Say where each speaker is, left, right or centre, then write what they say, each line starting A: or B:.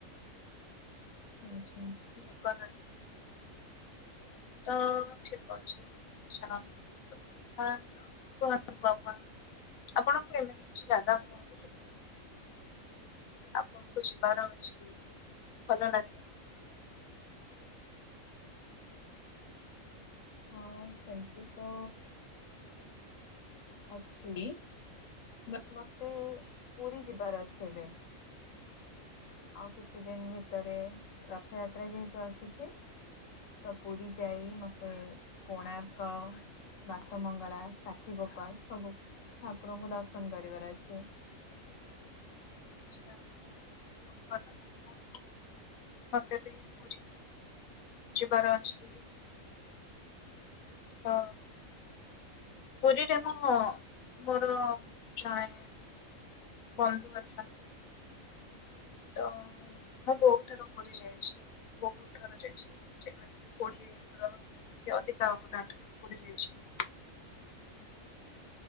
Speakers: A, on the left (about 70°); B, on the left (about 85°).
A: ଆଛା।
B: ଭିକ ନା ତ ଠିକ ଅଛି ଚାଲନ୍ତୁ। ଥା କୁହନ୍ତୁ ଆପଣ ଆପଣଙ୍କୁ ଏମିତି କିଛି ଜାଗା କୁହନ୍ତୁ? ଆପଣଙ୍କୁ ଯିବାର ଅଛି ଭଲ ଲାଗେ।
A: ହଁ ସେମିତି ତ ଅଛି। ବଟ ମତେ ପୁରୀ ଯିବାର ଅଛି ଏବେ। ଆଉ କିଛି ଦିନ ଭିତରେ ରଥଯାତ୍ରା ଯେହେତୁ ଆସୁଛି। ତ ପୁରୀ ଯାଇ ମତ ମତେ କୋଣାର୍କ, ବାଟ ମଙ୍ଗଳା, ସାକ୍ଷୀ ଗୋପାଳ ସବୁ ଠାକୁରଙ୍କୁ ଦର୍ଶନ କରିବାର ଅଛି।
B: ଆଛା, ବହୁତ ଭଲ କଥା ମତେ ବି ପୁରୀ ଯିବାର ଅଛି। ତ ପୁରୀରେ ମୁଁ ମୋର ଜଣେ ବନ୍ଧୁ ଅଛନ୍ତି। ତ ମୁଁ ବହୁତ ଥର ପୁରୀ ଯାଇଛି। ବହୁତ ଥର ଯାଇଛି ଯେମିତି କି କୋଡିଏ ଥର କି ଅଧିକା ହବ ତା ଠାରୁ। ପୁରୀ ଯାଇଛୁ।